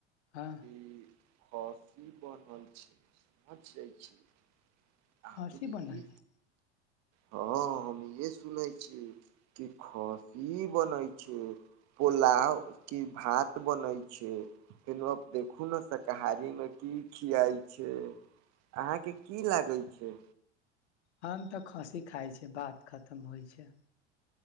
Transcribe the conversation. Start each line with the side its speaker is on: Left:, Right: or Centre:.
Left: हँ
Right: की कॉफी बनल छै समझै छी आरी
Left: खस्सी बनल छै
Right: हँ हम ये सुनेै छी कि खस्सी बनय छै पोलाव की भात बनै छै फेन अब देखू न शाकाहारी मे की खियाइ छै अहाँके की लागै छै
Left: हम तऽ खस्सी खाइ छिय बात खतम होइ छै